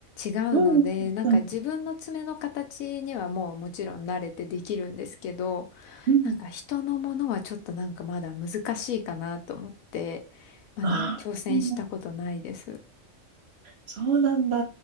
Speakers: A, on the left (about 80°); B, on the right (about 60°).
A: 違うので、
B: うん、うん、
A: なんか自分の爪の形にはもうもちろん慣れてできるんですけど、
B: うん。うん。
A: なんか人のものはちょっとなんかまだ難しいかなと思って、まだ挑戦したことないです。
B: あーうんそうなんだ。